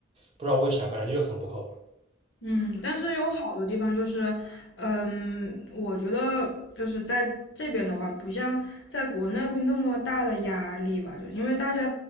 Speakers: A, on the right (about 30°); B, on the left (about 75°).
A: 不知道为啥，反正就是很不靠谱。
B: 嗯，但是有好的地方就是，嗯，我觉得就是在这边的话，不像在国内会那么大的压力吧，就是因为大家，